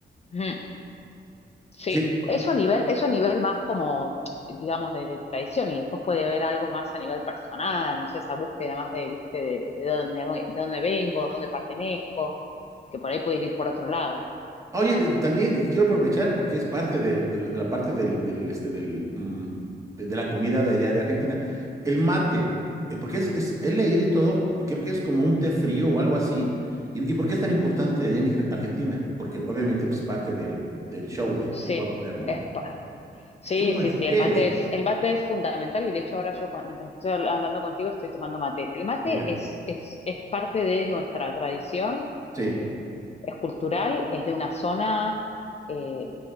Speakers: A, on the left; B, on the right.
A: ujú. Sí,
B: Sí,
A: eso a nivel, eso a nivel más como, digamos, de, de tradición y después puede ver algo más a nivel personal, no sé, esa búsqueda más de, viste, de, de dónde, voy- de dónde vengo, dónde pertenezco, que por ahí puede ir por otro lado.
B: Oye, de- también eh, quiero aprovechar porque es parte de, de- de la parte del, del, este, del, mm, de, de la comida de allá de Argentina. El mate, eh, porque es, es- he leído y todo, creo que es como un té frío o algo así. ¿Y, y por qué es tan importante allá en Ar- Argentina? Porque obviamente pues, es parte del, del show de,
A: Sí,
B: que voy a poner, ¿no?
A: es, Sí,
B: ¿Cómo
A: sí,
B: es?
A: sí, el
B: ¿Qué
A: mate
B: es?
A: es, el mate es fundamental y de hecho ahora yo cuan- mientras estoy habla- hablando contigo estoy tomando mate. El mate
B: Mira,
A: es, es, es parte de nuestra tradición, eh,
B: sí,
A: es cultural, es de una zona eh,